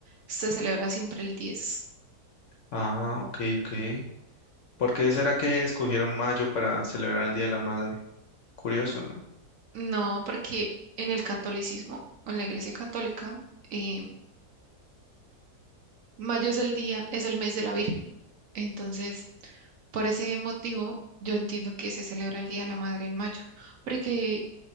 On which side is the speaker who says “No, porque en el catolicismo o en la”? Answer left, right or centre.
Right